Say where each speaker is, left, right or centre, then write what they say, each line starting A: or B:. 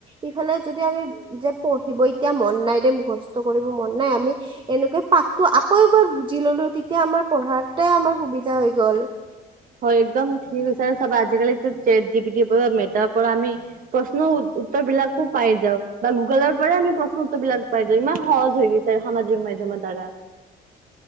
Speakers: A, on the right; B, on the right.
A: ইফালে যদি আমি যে পঢ়িব এতিয়া মন নাই দে, মুখস্থ কৰিব মন নাই, আমি এনেকে পাঠতো আকৌ এবাৰ বুজি ল'লো, তেতিয়া আমাৰ পঢ়াতে আমাৰ সুবিধা হৈ গ'ল।
B: হয় একদম ঠিক হৈছে, আৰু চাবা, আজিকালিতো ছেট যি পি টিৰ পৰা মেটাৰ পৰা আমি প্ৰশ্নও উত্তৰ বিলাকো পাই যাওঁ, বা গুগলৰ পৰাই আমি প্ৰশ্ন উত্তৰ বিলাক পাই যাওঁ, ইমান সহজ হৈ গৈছে। সামাজিক মাধ্যমৰ দ্বাৰা